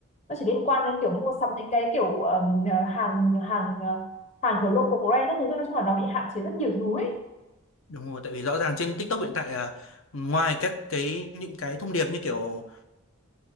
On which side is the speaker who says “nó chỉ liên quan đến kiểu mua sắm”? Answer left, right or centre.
Left